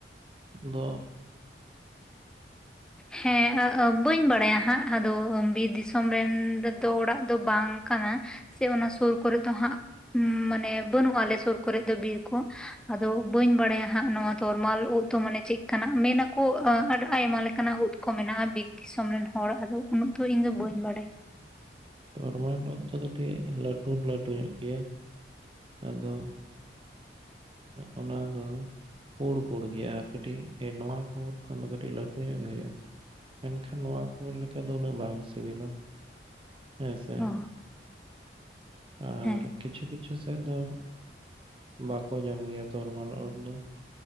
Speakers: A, on the right; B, in the centre.
A: ᱫᱚ
B: ᱦᱮᱸ ᱟ ᱟ ᱵᱟᱹᱧ ᱵᱟᱲᱟᱭᱟ ᱦᱟᱸᱜ ᱟᱫᱚ ᱵᱤᱨ ᱫᱤᱥᱚᱢ ᱨᱮᱱ ᱫᱮ ᱫᱚ ᱚᱲᱟᱜ ᱫᱚ ᱵᱟᱝ ᱠᱟᱱᱟ ᱥᱮ ᱚᱱᱟ ᱥᱩᱨ ᱠᱚᱨᱮ ᱫᱚ ᱦᱟᱸᱜ ᱢᱟᱱᱮ ᱵᱟᱹᱱᱩᱜᱼᱟ ᱟᱞᱮ ᱥᱩᱨ ᱠᱚᱨᱮ ᱫᱚ ᱵᱤᱨ ᱠᱚ᱾ ᱟᱫᱚ ᱵᱟᱹᱧ ᱵᱟᱲᱟᱭᱟ ᱦᱟᱸᱜ ᱱᱚᱣᱟ ᱛᱚᱨᱢᱟᱞ ᱩᱫᱽ ᱫᱚ ᱢᱟᱱᱮ ᱪᱮᱫ ᱠᱟᱱᱟᱜ ᱢᱮᱱ ᱟᱠᱚ ᱟᱰ ᱟᱭᱢᱟ ᱞᱮᱠ ᱠᱟᱱᱟ ᱩᱫᱽ ᱠᱚ ᱢᱮᱱᱟᱜᱼᱟ ᱵᱤᱨ ᱫᱤᱥᱚᱢ ᱨᱮᱱ ᱦᱚᱲ ᱟᱫᱚ ᱩᱱᱟᱹᱜ ᱫᱚ ᱤᱧ ᱫᱚ ᱵᱟᱹᱧ ᱵᱟᱰᱟᱭ᱾
A: ᱛᱚᱨᱢᱟᱞ ᱩᱫᱽ ᱫᱚ ᱠᱟᱹᱴᱤᱡ ᱞᱟᱹᱴᱩᱨ ᱞᱟᱹᱴᱩ ᱧᱚᱜ ᱜᱮᱭᱟ᱾ ᱟᱫᱚ ᱚᱱᱟ ᱫᱚ ᱯᱩᱲ ᱯᱩᱲ ᱜᱮᱭᱟ ᱟᱨ ᱠᱟᱹᱴᱤᱡ ᱱᱚᱶᱟ ᱠᱚ ᱩᱸᱫ ᱠᱷᱚᱱ ᱫᱚ ᱠᱟᱹᱴᱤᱡ ᱞᱟᱹᱴᱩ ᱧᱚᱜ ᱜᱮ ᱦᱩᱭᱩᱜᱼᱟ᱾ ᱢᱮᱱᱠᱷᱟᱱ ᱱᱚᱣᱟ ᱠᱚ ᱞᱮᱠᱟ ᱫᱚ ᱩᱱᱟᱹᱜ ᱵᱟᱝ ᱥᱤᱵᱤᱞᱟ ᱦᱮᱸ ᱥᱮ᱾
B: ᱚ
A: ᱟᱨ
B: ᱦᱮᱸ
A: ᱠᱤᱪᱷᱩ ᱠᱤᱪᱷᱩ ᱥᱮᱫ ᱫᱚ ᱵᱟᱠ ᱠᱚ ᱡᱚᱢ ᱜᱮᱭᱟ ᱛᱚᱨᱢᱟᱞ ᱩᱫᱽ ᱫᱚ᱾